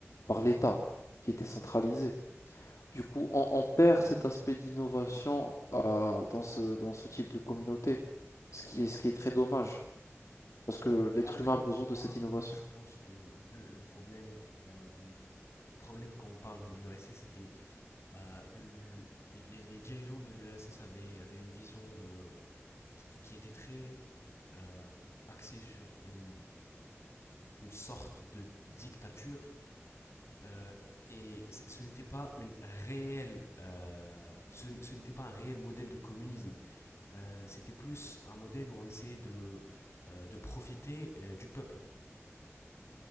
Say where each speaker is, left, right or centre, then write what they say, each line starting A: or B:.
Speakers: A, on the left; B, on the left.
A: par l'État, qui était centralisé. Du coup, on, on perd cet aspect d'innovation euh, dans ce, dans ce type de communauté, ce qui est, ce qui est très dommage. Parce que l'être
B: Après,
A: humain a besoin
B: moi, moi,
A: de cette innovation.
B: moi, je pense que le, le problème, euh, le problème quand on parle de l'URSS, c'était euh, le- les, les dirigeants de l'URSS avaient, avaient une vision de, qui, qui était très euh, axée sur une, une sorte de dictature. euh, et c- ce n'était pas une réelle, euh, ce, n- ce n'était pas un réel modèle de communisme. Euh, c'était plus un modèle où on essayait de, euh, de profiter euh, du peuple.